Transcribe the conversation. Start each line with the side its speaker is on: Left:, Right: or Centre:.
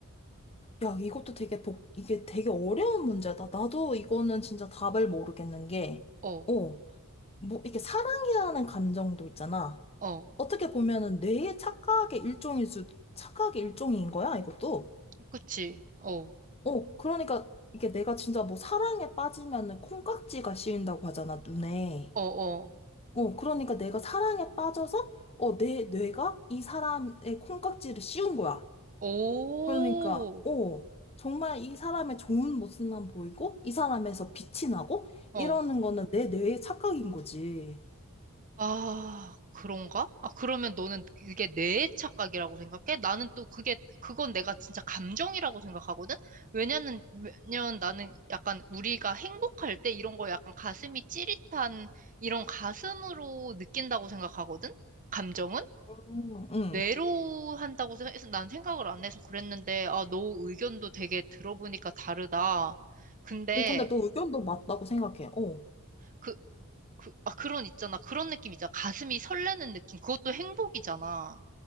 Left: 야, 이것도 되게 복, 이게 되게 어려운 문제다. 나도 이거는 진짜 답을 모르겠는 게,
Right: 어,
Left: 어, 뭐, 이렇게 사랑이라는 감정도 있잖아.
Right: 어,
Left: 어떻게 보면은 뇌의 착각의 일종일 수, 착각의 일종인 거야, 이것도.
Right: 그치? 어,
Left: 어, 그러니까 이게 내가 진짜 뭐 사랑에 빠지면은 콩깍지가 씌인다고 하잖아, 눈에.
Right: 어, 어.
Left: 어, 그러니까 내가 사랑에 빠져서 어, 내 뇌가 이 사람의 콩깍지를 씌운 거야.
Right: 오,
Left: 그러니까 어, 정말 이 사람의 좋은 모습만 보이고 이 사람에서 빛이 나고
Right: 어.
Left: 이러는 거는 내 뇌의 착각인 거지.
Right: 아, 그런가? 아, 그러면 너는 이게 내 착각이라고 생각해? 나는 또 그게, 그건 내가 진짜 감정이라고 생각하거든? 왜냐면, 왜냐면 나는 약간 우리가 행복할 때 이런 거 약간 가슴이 찌릿한 이런 가슴으로 느낀다고 생각하거든? 감정은?
Left: 응. 응.
Right: 뇌로 한다고 해서 난 생각을 안 해서 그랬는데, 아, 너 의견도 되게 들어보니까 다르다. 근데,
Left: 어, 근데 너 의견도 맞다고 생각해. 어,
Right: 그, 그, 아, 그런 있잖아. 그런 느낌 있잖아. 가슴이 설레는 느낌. 그것도 행복이잖아.